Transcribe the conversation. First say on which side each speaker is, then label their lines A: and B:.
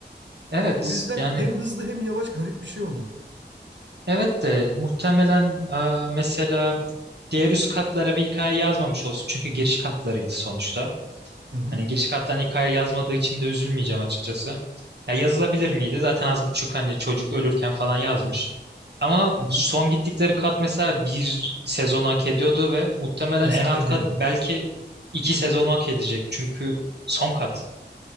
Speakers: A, on the right; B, on the right.
A: Evet
B: O yüzden
A: yani
B: hem hızlı hem yavaş garip bir şey oldu.
A: Evet de muhtemelen e, mesela diğer üst katlara bir hikaye yazmamış olsun. Çünkü giriş katlarıydı sonuçta.
B: Hı hı.
A: Hani giriş katlarına hikaye yazmadığı için de üzülmeyeceğim açıkçası. Ya yazılabilir miydi? Zaten az buçuk hani çocuk ölürken falan yazmış. Ama
B: Hı hı.
A: son gittikleri kat mesela bir sezonu hak ediyordu ve muhtemelen
B: Kesinlikle
A: en alt
B: hak
A: kat
B: ediyordu.
A: belki iki sezonu hak edecek. Çünkü son kat.